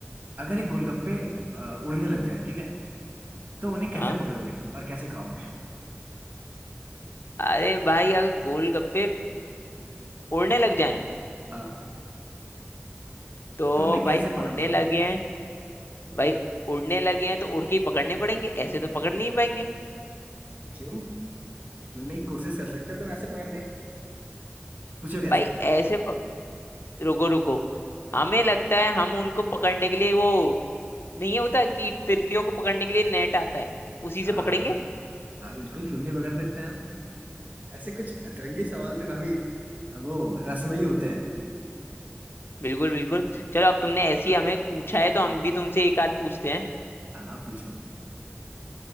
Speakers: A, on the right; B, on the left.
A: अगर ये गोलगप्पे अ, उड़ने लग जाएं ठीक है तो उन्हें कैसे
B: हाँ
A: पकड़ोगे और कैसे खाओगे
B: अरे भाई अगर गोलगप्पे उड़ने लग जाएं
A: हाँ
B: तो
A: तो उन्हें कैसे
B: भाई
A: पकड़ोगे
B: उड़ने लगे हैं भाई उड़ने लगे हैं तो उड़ के ही पकड़ने पड़ेंगे ऐसे तो पकड़ नहीं पाएंगे
A: क्यों क्यों नहीं कोशिश कर सकते तो ऐसे पकड़ने की। पूछो कैसे
B: भाई ऐसे पक... रुको रुको हमें लगता है हम उनको पकड़ने के लिए वो नहीं होता कि तितलियों को पकड़ने के लिए नेट आता है उसी से
A: हाँ
B: पकड़ेंगे
A: हाँ हाँ बिल्कुल क्यों नहीं पकड़ सकते हैं हम ऐसे कुछ अतरंगी सवाल तो काफी अ, वो रसमयी होते हैं
B: बिल्कुल बिल्कुल चलो अब तुमने ऐसी हमें पूछा है तो हम भी तुमसे एक आध पूछते हैं
A: हाँ हाँ पूछो